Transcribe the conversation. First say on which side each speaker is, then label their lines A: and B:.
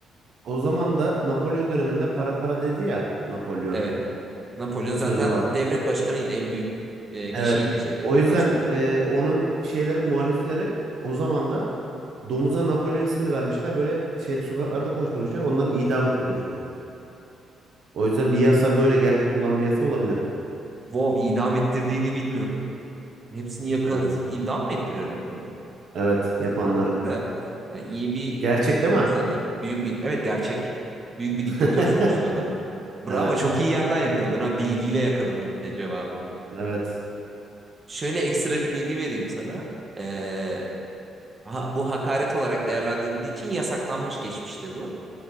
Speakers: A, on the right (about 65°); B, on the right (about 30°).
A: O zaman da Napolyon döneminde para para dedi ya Napolyon.
B: Evet. Napolyon
A: Bir
B: zaten
A: sözü vardı.
B: devlet başkanıydı. En büyük e, kişiydi
A: Evet.
B: şeydeki
A: O yüzden
B: Fransa'daki.
A: e, onun şeyleri muhalifleri o zaman da domuza Napolyon ismini vermişler. Böyle şey sokaklarda koşturmuşlar. Onları idam ettirmişti. O yüzden bir yasa böyle gerçek olan bir yasa olabilir.
B: WoW idam ettirdiğini bilmiyordum. Hepsini yakalatıp
A: Evet.
B: idam mı ettiriyor Napolyon?
A: Evet yapanları.
B: De, yani iyi bir
A: Gerçek değil mi?
B: insan. yani Büyük bir, evet gerçek. Büyük bir diktatör
A: <laughs>
B: sonuçta o da. Bravo
A: Evet.
B: çok iyi yerden yakaladın ha. Bilgiyle yakaladın bir de cevabı.
A: Evet.
B: Şöyle ekstra bir bilgi vereyim sana. Ee, ha- bu hakaret olarak değerlendirildiği için yasaklanmış geçmişte bu.